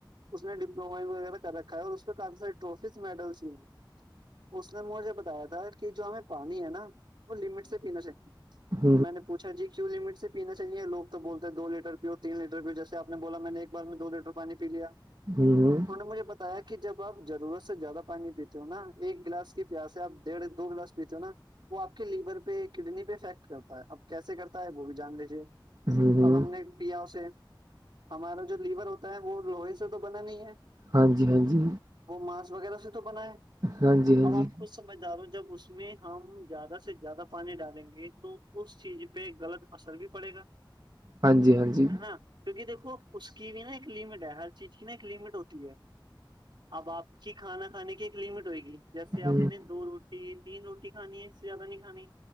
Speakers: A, on the right; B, on the right.
A: اس نے ڈپلووما وغیرہ کر رکھا ہے اور اس پہ کافی سارے ٹرافیز میڈلس ہو ہیں اس نے مجھے بتایا تھا کہ جو ہمیں پانی ہے نا وہ لمٹ سے پینا چاہتی
B: ہ
A: میں نے پوچھا جی کیو لمٹ سے پینا چاہیے لو تو بولتے دو ل لیٹر پی اور تین لیٹر پیو جیس آپ نے بلا میں نے ایک بار میں دو لیٹر پانی پی لیا
B: ھمم ھمم
A: انہوں نے مجھے بتایا کہ جب آپ ضرورت سے زیادہ پانی پیتے ہو نا ایک گلاس کی پیاس سے آپ ڈیڑھ دو گلاس نا وہ آپ کے لیور پہ کڈنی پہفیکٹ کرتا ہے اب کیسے کرتا ہے وہ بھی جان لیجیے
B: ہ ہ
A: اب ہم نے پیا اسے ہمارا جو لیور ہوتا ہے وہ لوہے سے تو بنا نہیں ہے
B: ہاں جی ہاں جی
A: وہ مانس وغیرہ سے تو بنائے
B: ہاں جی ہاں
A: اب
B: جی
A: آپ سمجھدار ہو جب اس میں ہم زیادہ سے زیادہ پانی ڈالیں گے تو اس چیز پہ غلط اثر بھی پڑے گا
B: ہاں جی ہاں جی
A: ہے نا کیونکہ دیکھو اس کی بھی نا ایک لمٹ ہے ہر چیز کی نا ایک لمٹ ہوتی اب آپ کی کھانا کھانے کی ایک لمٹ ہوئے گی جیسے
B: ہ
A: آپ نے دو روٹی تین روٹی کھانی ہے زیاہ نہیں کھانی